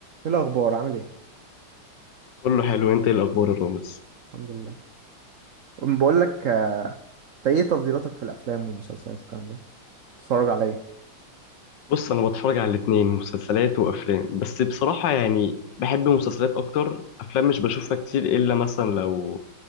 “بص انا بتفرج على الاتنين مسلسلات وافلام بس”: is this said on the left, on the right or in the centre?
Left